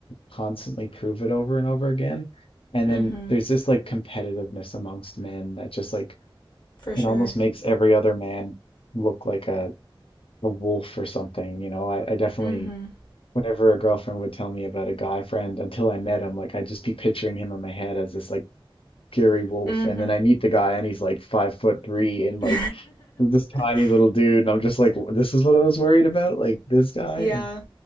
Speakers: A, on the left (about 75°); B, on the left (about 50°).
A: constantly prove it over and over again. And
B: Mm
A: then
B: hmm.
A: there's this like competitiveness amongst men that just like
B: For
A: it
B: sure.
A: almost makes every other man look like a, a wolf or something. You know, I, I definitely
B: Mm
A: whenever a girlfriend would tell me about a guy friend until I met him, like I'd just be picturing him in my head as this like fury wolf.
B: hmm.
A: And
B: Mm
A: then I meet the guy and he's like five foot three and like
B: hmm.
A: this tiny
B: <laughs>
A: little dude, and I'm just like, this is what I was worried about, like this guy.
B: yeah.
A: And